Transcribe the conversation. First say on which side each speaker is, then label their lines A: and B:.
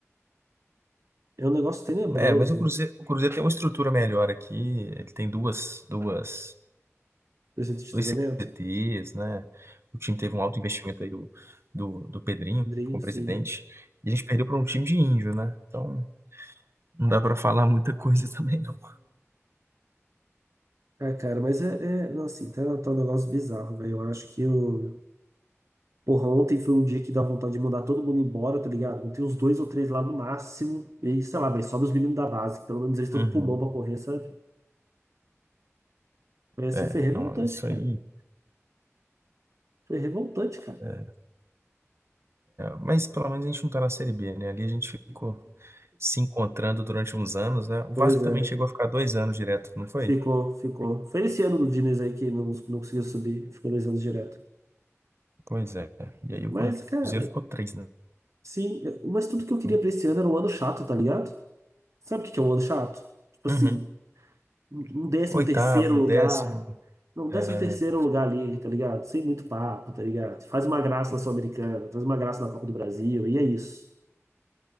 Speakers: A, on the right; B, on the right.
A: é um negócio tenebroso.
B: É, mas o Cruzeiro, o Cruzeiro tem uma estrutura melhor aqui. Ele tem duas, duas
A: Do centro de
B: dois
A: treinamento?
B: CTs, né? O time teve um alto investimento aí do, do, do Pedrinho
A: Dream,
B: como
A: sim.
B: presidente. E a gente perdeu para um time de índio, né? Então não dá para falar muita coisa <laughs> também, não.
A: É, é, cara, mas é, é não, assim, tá, tá um negócio bizarro, velho. Eu acho que o. Porra, ontem foi um dia que dá vontade de mandar todo mundo embora, tá ligado? Tem uns dois ou três lá no máximo. E aí, sei lá, velho, sobe os meninos da base, que pelo menos eles estão
B: Uhum.
A: com pulmão pra correr, sabe? Foi assim,
B: É,
A: foi revoltante,
B: não, isso
A: cara.
B: aí.
A: Foi revoltante, cara.
B: é, mas pelo menos a gente não tá na Série B, né? Ali a gente ficou se encontrando durante uns anos, né? O
A: Pois
B: Vasco também
A: é,
B: chegou a ficar dois anos direto, não foi?
A: ficou, ficou. Foi esse ano do Diniz aí que não, não conseguiu subir, ficou dois anos direto.
B: Pois é. E aí o
A: Mas,
B: Cruzeiro
A: cara,
B: ficou três, né?
A: sim, mas tudo que eu queria
B: Então,
A: pra esse ano era um ano chato, tá ligado? Sabe o que que é um ano chato? Tipo
B: uhum.
A: assim, um décimo
B: Oitavo,
A: terceiro lugar.
B: décimo.
A: Não, um décimo
B: é.
A: terceiro lugar ali, tá ligado? Sem muito papo, tá ligado? Faz uma graça na Sul-Americana, faz uma graça na Copa do Brasil, e é isso.